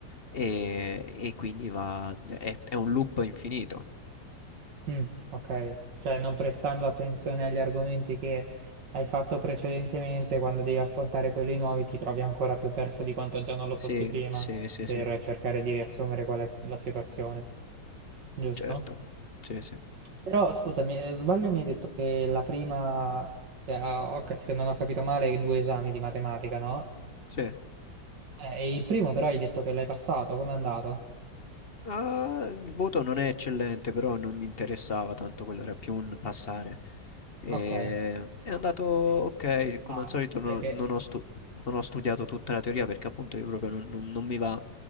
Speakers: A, on the left; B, on the right.
A: e, e quindi va, è, è un loop infinito.
B: Mm, ok, cioè non prestando attenzione agli argomenti che hai fatto precedentemente, quando devi affrontare quelli nuovi ti trovi ancora più perso di quanto già non lo
A: Sì,
B: fossi prima,
A: sì, sì,
B: per
A: sì,
B: cercare di riassumere qual è la situazione, giusto?
A: certo, sì, sì,
B: Però scusami, eh, sbaglio, mi hai detto che la prima, eh, ah, ok, se non ho capito male, i due esami di matematica, no?
A: sì.
B: Eh, e il primo però hai detto che l'hai passato, com'è andato?
A: Ah, il voto non è eccellente, però non mi interessava tanto, quello era più un passare. E-
B: Ok, però
A: è andato
B: comunque
A: ok,
B: sei riuscito
A: come
B: a usarlo.
A: al solito no-
B: Cioè che-
A: non ho, stu- non ho studiato tutta la teoria perché appunto io proprio non, non- non mi va.